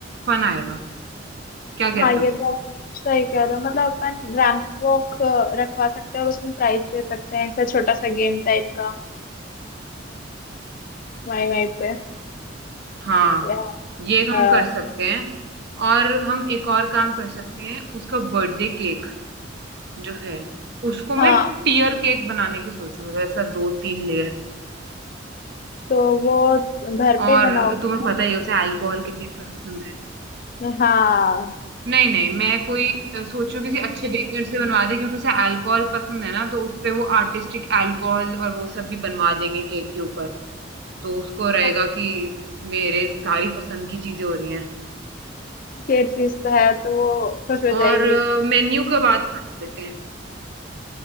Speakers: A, on the right; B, on the left.
A: फन आएगा क्या कहते
B: हाँ, ये
A: हो
B: तो आप सही कह रहे हो मतलब अपन रैंप वॉक रखवा सकते हैं और उसमें प्राइस दे सकते हैं ऐसा छोटा सा गेम टाइप का वहीं वहीं पे
A: हाँ
B: या
A: ये हम
B: अ,
A: कर सकते हैं और हम एक और काम कर सकते हैं उसका बर्थडे केक जो है उसको मैं
B: हाँ
A: टीयर केक बनाने की सोचूं मतलब ऐसा दो तीन लेयर
B: तो वो घर
A: और
B: पे ही बनाओगे
A: तुम्हें पता ही है उसे अल्कोहल कितनी पसंद है
B: क्या? हाँ
A: नहीं नहीं मैं कोई अ, सोचूं किसी अच्छे बेकर से बनवा दे क्योंकि उसे अल्कोहल पसंद है ना तो उस पे वो आर्टिस्टिक अल्कोहल और वो सब भी बनवा देंगे केक के ऊपर तो उसको रहेगा
B: हाँ,
A: कि मेरे सारी पसंद की चीजें हो रही हैं
B: ये चीज तो है तो वो खुश हो
A: और
B: जाएगी
A: मेन्यू का बात कर लेते हैं